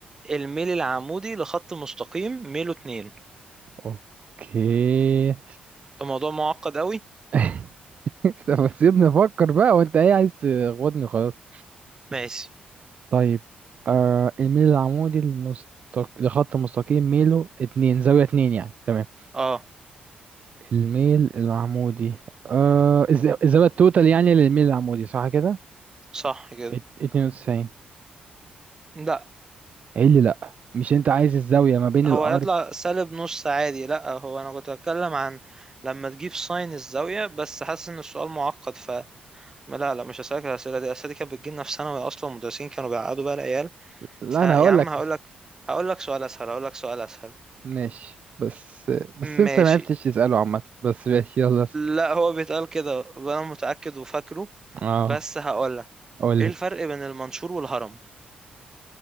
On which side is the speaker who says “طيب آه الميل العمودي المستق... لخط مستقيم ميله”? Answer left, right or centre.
Right